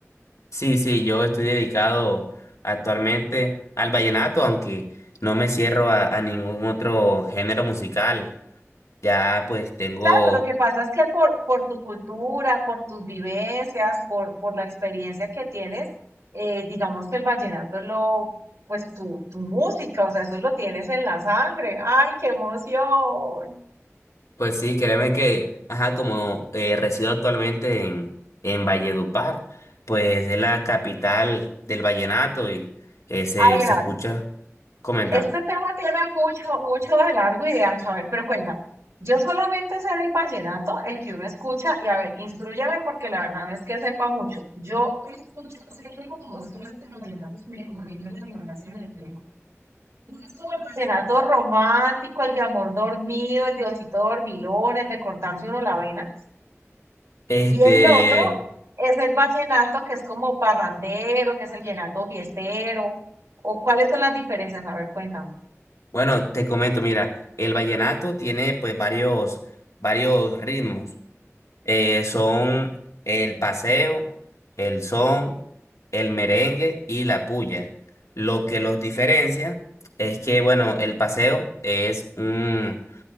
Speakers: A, on the left (about 75°); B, on the right (about 75°).
A: Sí, sí, yo estoy dedicado actualmente al vallenato, aunque no me cierro a, a ningún otro género musical. Ya pues tengo,
B: Claro, lo que pasa es que por, por tu cultura, por tus vivencias, por, por la experiencia que tienes, eh, digamos que el vallenato es lo, pues tu, tu música, o sea, eso lo tienes en la sangre. ¡Ay, qué emoción!
A: pues sí, créeme que, ajá, como eh, resido actualmente en, en Valledupar, pues es la capital del vallenato y eh, se,
B: A ver,
A: se escucha.
B: ver,
A: Coméntame.
B: Este tema tiene mucho, mucho de largo y de ancho. A ver, pero cuenta. Yo solamente sé el vallenato, el que uno escucha, y a ver, instrúyame porque la verdad no es que sepa mucho. Yo escucho, sé que como dos clases de vallenatos me conviene la ignorancia del tema. Uno es como el vallenato romántico, el de amor dormido, el de osito dormilón, el de cortarse uno la vena.
A: Este,
B: Y el otro es el vallenato que es como parrandero, que es el vallenato fiestero. ¿O cuáles son las diferencias? A ver, cuéntame.
A: bueno, te comento, mira, el vallenato tiene pues varios, varios ritmos. eh, son el paseo, el son, el merengue y la puya. Lo que los diferencia es que, bueno, el paseo es un,